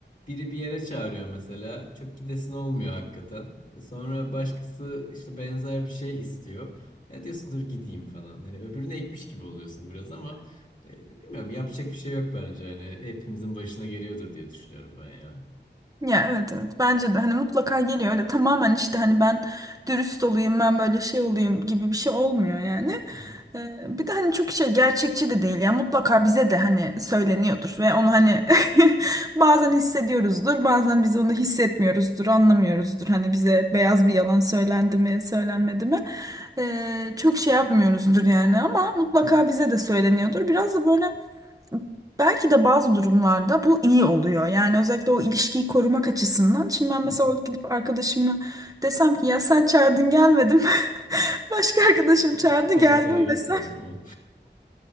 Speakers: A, on the left; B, on the right.
A: biri bir yere çağırıyor mesela. Çok gidesin olmuyor hakikaten. Sonra başkası işte benzer bir şey istiyor. Ya diyorsun dur gideyim falan. Hani öbürüne ekmiş gibi oluyorsun biraz ama e, bilmiyorum yapacak bir şey yok bence. Hani hepimizin başına geliyordur diye düşünüyorum ben ya.
B: Ya evet evet bence de hani mutlaka geliyor öyle tamamen işte hani ben dürüst olayım ben böyle şey olayım gibi bir şey olmuyor yani.
A: Hı hı,
B: Ee, bir de hani çok şey gerçekçi de değil ya mutlaka bize de hani söyleniyordur ve onu hani <laughs> bazen hissediyoruzdur bazen biz onu hissetmiyoruzdur anlamıyoruzdur hani bize beyaz bir yalan söylendi mi söylenmedi mi Ee, çok şey yapmıyoruzdur yani ama mutlaka bize de söyleniyordur biraz da böyle Belki de bazı durumlarda bu iyi oluyor. Yani özellikle o ilişkiyi korumak açısından. Şimdi ben mesela
A: hı hı.
B: gidip arkadaşımı desem ki ya sen çağırdın gelmedim. <laughs> Başka arkadaşım
A: Ya,
B: çağırdı
A: konsere
B: geldim
A: gittim
B: desem
A: değil